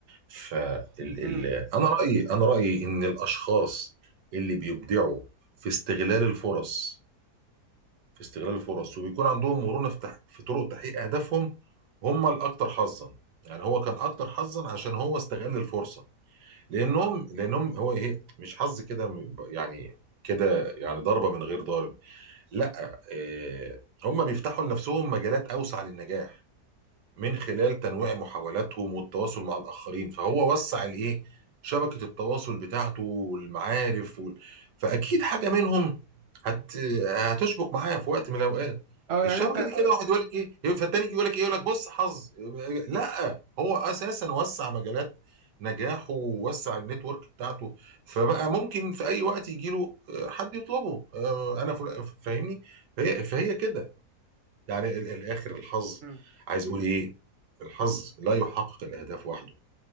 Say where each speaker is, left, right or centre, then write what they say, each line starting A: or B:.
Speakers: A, on the right; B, on the right.
A: فال
B: امم
A: ال... انا رايي انا رايي ان الاشخاص اللي بيبدعوا في استغلال الفرص في استغلال الفرص وبيكون عندهم مرونه في, تح... في طرق تحقيق اهدافهم هم الاكثر حظا يعني هو كان اكتر حظا عشان هو استغل الفرصه لانهم لانهم هو ايه مش حظ كده م- يعني كده يعني ضربه من غير ضارب لا آه هم بيفتحوا لنفسهم مجالات اوسع للنجاح من خلال تنويع محاولاتهم والتواصل مع الآخرين فهو وسع الإيه شبكة التواصل بتاعته والمعارف وال... فأكيد حاجة منهم هت... هتشبك معاه في وقت من الأوقات
B: اه يعني
A: الشبكة
B: انت
A: دي كده واحد يقول لك إيه فالتاني يجي يقول لك إيه يقول لك بص حظ لا هو أساسا وسع مجالات نجاحه ووسع النتورك بتاعته فبقى ممكن في أي وقت يجي له حد يطلبه آه، أنا فل- فاهمني فهي فهي كده يعني ال- الاخر الحظ
B: مم.
A: عايز اقول ايه الحظ لا يحقق الاهداف وحده